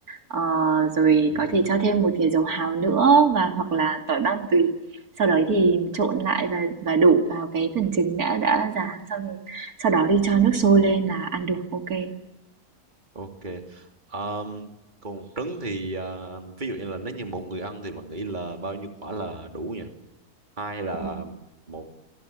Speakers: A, on the right; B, on the right.
A: Ờ, rồi
B: ừ
A: có
B: hứ.
A: thể cho thêm một thìa dầu hào nữa và hoặc là tỏi băm tùy. Sau đấy thì trộn lại và và đổ vào cái phần trứng đã đã rán xong sau đó đi cho nước sôi lên là ăn được ok.
B: ok Ờm, còn trứng thì ờ, ví dụ như là nếu như một người ăn thì bạn nghĩ là bao nhiêu quả là đủ nhỉ hai hay là
A: Ừ.
B: một